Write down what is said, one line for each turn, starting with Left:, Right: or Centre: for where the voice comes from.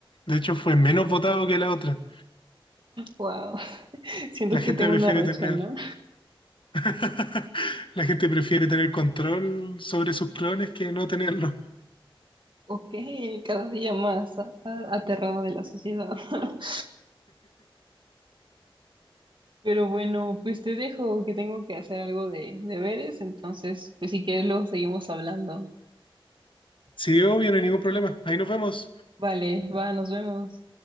Left: de hecho fue menos votado que la otra.
Right: Wow, <laughs> siento
Left: La gente
Right: que tengo
Left: prefiere
Right: una racha,
Left: tener
Right: ¿no?
Left: <laughs> La gente prefiere tener control sobre sus clones que no tenerlo.
Right: Ok, cada día más a- a- aterrada de la sociedad. <laughs> Pero bueno, pues te dejo que tengo que hacer algo de deberes, entonces, pues si quieres luego seguimos hablando.
Left: Sí, obvio, no hay ningún problema. Ahí nos vemos.
Right: Vale, va, nos vemos.